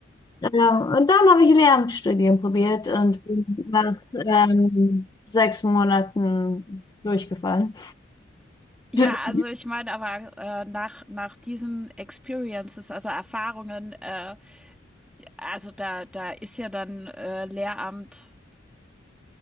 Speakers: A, on the left; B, in the centre.
A: ähm, und dann habe ich Lehramtsstudien probiert und bin nach ähm, sechs Monaten durchgefallen.
B: Ja,
A: <laughs>
B: also ich meine aber äh, nach, nach diesen Experiences, also Erfahrungen, äh, also da, da ist ja dann äh, Lehramt,